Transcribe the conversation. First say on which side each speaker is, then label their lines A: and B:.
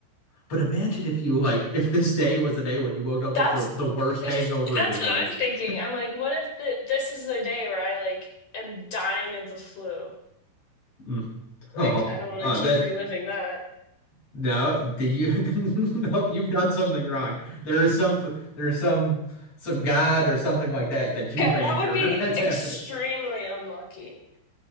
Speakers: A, on the left (about 30°); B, on the left (about 45°).
A: But imagine if you like if this day was the day when you woke up
B: That's
A: with the, the worst
B: that's
A: hangover
B: that's
A: of your
B: what
A: life.
B: I'm thinking.
A: <laughs>
B: I'm like, what if the, this is the day where I like am dying of the flu?
A: Mm.
B: Like,
A: Oh,
B: I don't want
A: uh,
B: to keep
A: that
B: reliving that. <laughs>
A: No, do you? <laughs> Nope, you've done something wrong. There is some, there's some, some God or something like that that you've
B: Yeah,
A: angered.
B: that would be
A: <laughs> That's
B: extremely
A: happening.
B: unlucky.